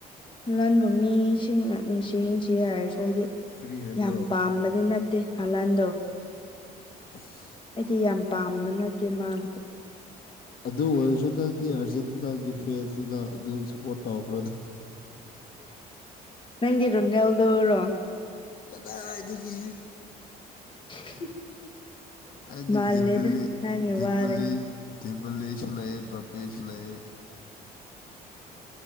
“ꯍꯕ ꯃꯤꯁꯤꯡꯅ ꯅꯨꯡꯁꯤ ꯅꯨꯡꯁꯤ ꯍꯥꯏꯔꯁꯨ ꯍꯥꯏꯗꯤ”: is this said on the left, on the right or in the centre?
Left